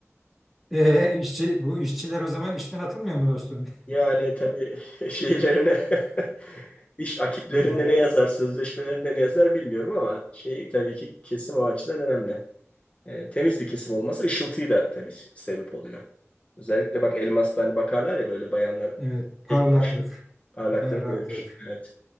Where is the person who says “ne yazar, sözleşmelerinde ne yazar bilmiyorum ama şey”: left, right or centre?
Left